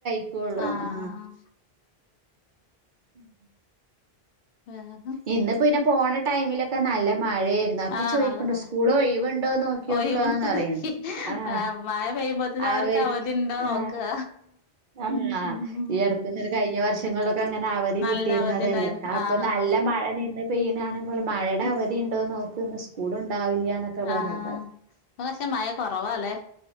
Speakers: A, on the right; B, on the left.
A: സ്കൂള്ലോ
B: ആഹ്
A: ആ ഉം
B: വേറെ
A: ഇന്നുപ്പോ പോണ ടൈമിലൊക്കെ നല്ല മ മഴയായിരുന്നു അപ്പൊ
B: ആഹ്
A: ചോയിക്കിണ്ട്
B: നല്ല മഴ
A: സ്കൂൾ ഒഴിവുണ്ടോ നോകിയോക്കറിയിണ്
B: ഒഴിവുണ്ടോ
A: ആഹ
B: ആഹ് മഴ പെയ്യുമ്പോത്തിന്
A: അവര്
B: അവർക്ക് അവധി ഉണ്ടോ
A: ആ
B: നോക്കുക
A: അന്നാ
B: ഉം
A: ഇടക്ക് കഴിഞ്ഞ വർഷങ്ങൾ <unintelligible> അവധി
B: നല്ല
A: കിട്ടിയിരുന്നതല്ലേ
B: അവധി ഉണ്ടായിരുന്നു
A: അപ്പൊ
B: ആഹ്
A: നല്ലം
B: ആഹ്
A: മഴ നിന്ന് പൈ ണ്ടാവില്ലിയന്നൊക്കെ പറഞ്ഞിട്ട്
B: ആഹ് ഇപ്പൊ പക്ഷെ മഴ കൊറവല്ലേ